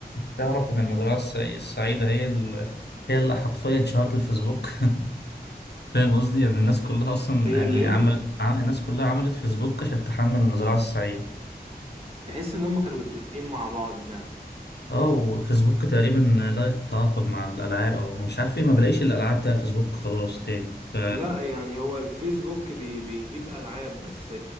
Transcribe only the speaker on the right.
هي
اللي
ايه
تحس ان هم كانوا متفقين مع بعض فعلا
لا يعني هو الفيسبوك بي بيجيب العاب بس